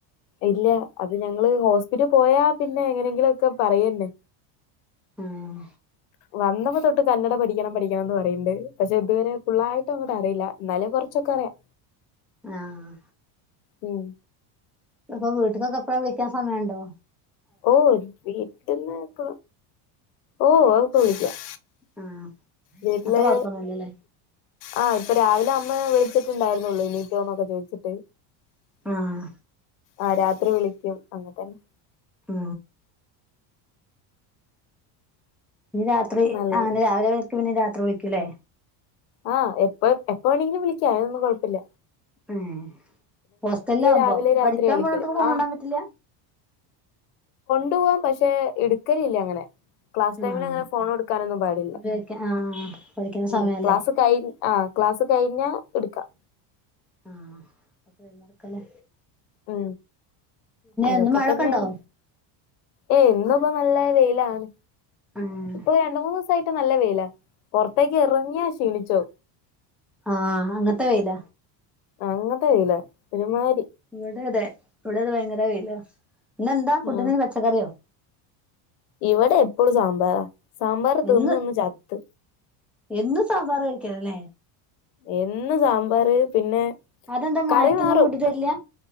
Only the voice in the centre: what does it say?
ആഹ
ആഹ്
ഇപ്പൊ വീട്ടക്ക് കപ്പട വിളിക്കാൻ സമയുണ്ടോ
ആഹ്
അങ്ങൻത്തെ കൊഴപ്പൊന്നുല്ലല്ലേ
ആഹ
ആ ന രാത്രി
അങ്ങനെ രാവിലെ എക്ക് പിന്നെ രാത്രി വിളിക്കല്ലേ
ഉം പോസ്റ്റല ആകുമ്പോ
പഠിക്കാൻ
പോടത്തക്ക് ഫോണ
ഉണ്ടാൻ പറ്റില്ല
ആഹ്
ഉപയോഗിക്ക ആഹ് പഠിക്കുന്ന
സമയല്ലേ
ആഹ അപ്പ ഴഞ്ഞടുക്കല്ലേ
ഇന്ന് മഴൊക്കെ
ഉണ്ടോ
ഉം
ആഹ അങ്ങനത്തെ വയില
ഇവിടെ അതെ ഇവിടത് ഭയങ്കര വെയില എന്നന്ന എന്താ ഫുഡിന്
പച്ചക്കറിയോ
എന്ന്
എന്നും സാമ്പാറ് കഴിക്കാനല്ലേ
അതെന്താ മാറ്റൊന്നും
കൂട്ടി തരില്ല